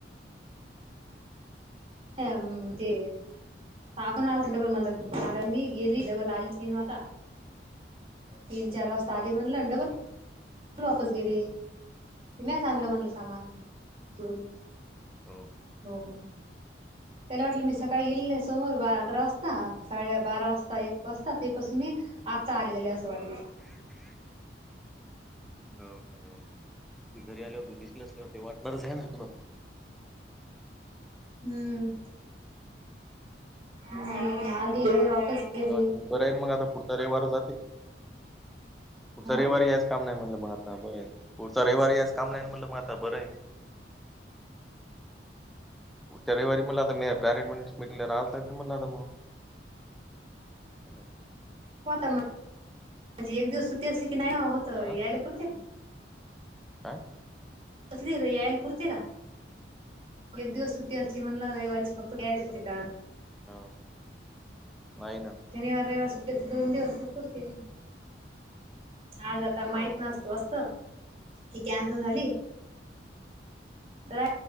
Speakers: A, on the right (about 30°); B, in the centre.
A: हा ते साखून आल डबल म्हण मी गेली डबल आली तीन वाजता तीन, चार वाजता आधली म्हणलं डबल
B: ह
A: वापस गेली म्याच आणलं म्हटलं सामान पुढून
B: हो
A: हो का त्याला वाटलं मी सकाळी गेल नाही समोर बारा अकरा वाजता साडे बारा वाजता एक वाजता तेपासून मी आता आलीत्याला असं वाटलं
B: <inaudible> त घरी आले हो तू दिसनस केवरते वाटणारच आहे ना तुम
A: हम्म हम आलीर वापस गेली
B: ह ते बर आहेल मग आता पुढचा रविवार जाते पुढचा
A: हा
B: रविवारी याच काम नाही म्हटलं मग आता बर आहे पुढचा रविवारी याज काम नाही म्हटलं मग आता बरं आहे पुढच्या रविवारी म पॅरेटट मीटिंग राह मला मग <inaudible>
A: हो आता म्ह एक दिवस सुटी असली की नाही होत
B: अ
A: यायला पुरते
B: काय
A: कसली र यायल पुरते का एक दिवस सुट्टी असली म्हणला रविवारीस फक्त तयारी होे का
B: हा नाही ना
A: शनिवार, रविवार सुट्टी दोन दिवस पुरते आज आता माहित
B: हो
A: नसतो असत की कॅन्सल झाली तर